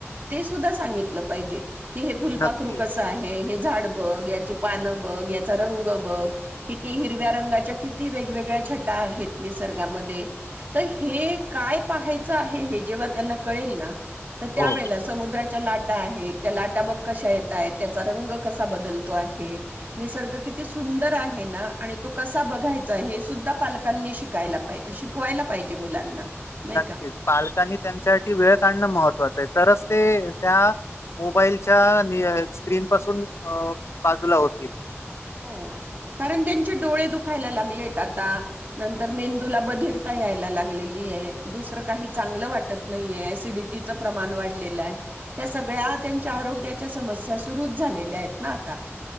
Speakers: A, on the right; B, on the left.
A: ते सुद्धा सांगितलं पाहिजे. कि हे फुलपाखरू
B: नक्की
A: कसं आहे हे झाड बघ याची पानं बघ याचा रंग बघ. अ किती हिरव्या रंगाच्या किती वेगवेगळ्या छटा आहेत, निसर्गामध्ये त ही. हे काय पाहायच आहे, हे जेव्हा त्यांना कळेल ना तर त्यावेळेला
B: हो
A: समुद्राच्या लाट त्या लाटा बग कश येतय, त्याचा रंग कसा बदलतो आहे, निसर्ग किती. सुंदर आहे ना आणि तो कसा बघायचा आहे, हे सुद्धा पालकांनी शिकायला पाहिज शिकवायला पाहिजे. मुलांना. नाही
B: नक्कीच
A: का
B: पालकांनी त्यांच्यासाठी वेळ काढणं महत्त्वाचं आहे, तरच ते. त्या मोबाईलच्या स्क्रीन पासून बाजूला होतील.
A: हो कारण त्यांचे डोळे दुखायला लागलेत, आता नंतर मेंदूला बधर यायला लागलेली आहे, दुसर काही चांगलं वाटत नाहीये, ऍसिडिटीच प्रमाण वाढलेलं आहे. या सगळ्या त्यांच्या आरोग्याच्या समस्या सुरूच झालेल्या आहेत ना आता